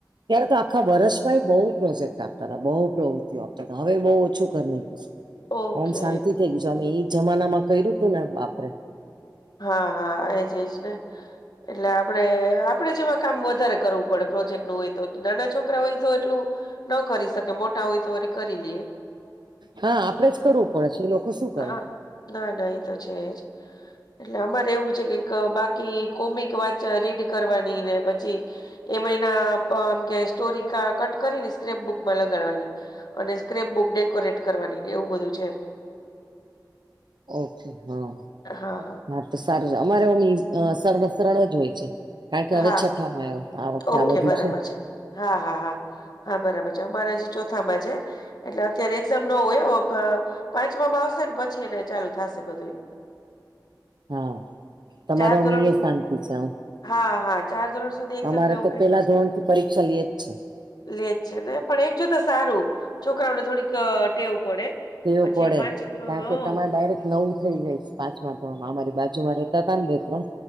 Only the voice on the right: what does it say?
ત્યારે તો આખા વર્ષમાં બહુ પ્રોજેક્ટ આપતા હતા બહુ પ્રવૃત્તિઓ આપતા હતા હવે બહુ ઓછું કર
હમ શાંતિ થઇ ગય છું અમે એઈ જમાના માં કર્યું તું ને બાપરેે
હા આપડે જ કરવું પડશે એ લોકો શું કરે
ઓકે હા
હા તો સારું અમારેની સરળ સરળ જ હોય છે કારણ કે હવે
છઠ્ઠામાં આવ્યો તો
આ વખતે આ બધું
હા તમારે
અમે
શાંતિ છેમ
અમારે
તો
પેલા ધોરણ થી પરીક્ષા લઈએ છે
ટેવ
પડે
કારણ કે તમારે ડાયરેક્ટ નવું થઈ જાય પાંચ તો અમારી બાજુમાં રહેતા હતા ને બે ત્રણ